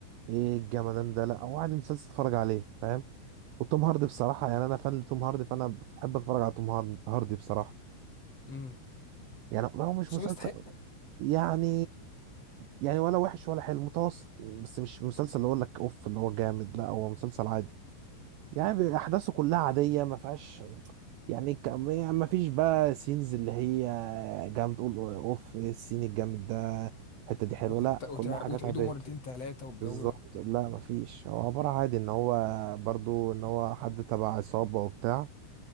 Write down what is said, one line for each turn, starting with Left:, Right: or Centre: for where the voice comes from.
Right: ايه الجمدان ده لا هو عادي مسلسل تتفرج عليه فاهم وتوم هاردي بصراحة يعني انا فان لتوم هاردي فانا بحب اتفرج على توم هاردي هاردي بصراحة
Left: امم
Right: يعني هو مش
Left: بس
Right: مسلسل
Left: هو يستحق
Right: يعني يعني ولا وحش ولا حلو متوسط بس مش مسلسل اللي اقول لك اوف اللي هو جامد لا هو مسلسل عادي يعني احداثه كلها عاديه ما فيهاش يعني ك- يعني ما فيش بقى سينز اللي هي جامد تقول اوف إيه السين الجامد ده الحته دي حلوه
Left: وتت...
Right: لا
Left: وتع...
Right: كلها حاجات
Left: وتعيده
Right: عاديه
Left: مرتين ثلاثه والجو
Right: بالظبط
Left: ده
Right: لا ما فيش هو عباره عادي ان هو برضو ان هو حد تبع عصابه وبتاع